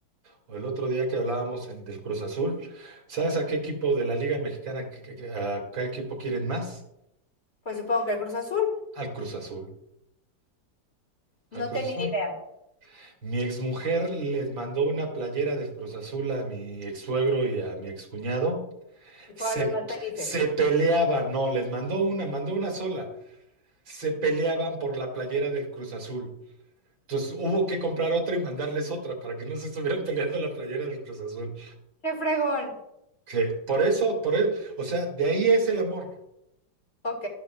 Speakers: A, on the right; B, on the left.
A: o el otro día que hablábamos en- del Cruz Azul, ¿sabes a qué equipo de la Liga Mexicana, que- que- que- a qué equipo quieren más?
B: Pues supongo que el Cruz Azul.
A: Al Cruz Azul, al
B: No
A: Cruz
B: tenía
A: Azul.
B: idea.
A: Mi exmujer les mandó una playera del Cruz Azul a mi ex suegro y a mi excuñado.
B: Y fueron
A: Se,
B: los más felices.
A: se peleaban, no, les mandó una, mandó una sola. Se peleaban por la playera del Cruz Azul. Entonces hubo que comprar otra y mandarles otra para que no se estuvieran peleando la playera del Cruz Azul.
B: ¡Qué fregón!
A: Sí, por eso, por eso, o sea, de ahí es el amor,
B: Ok.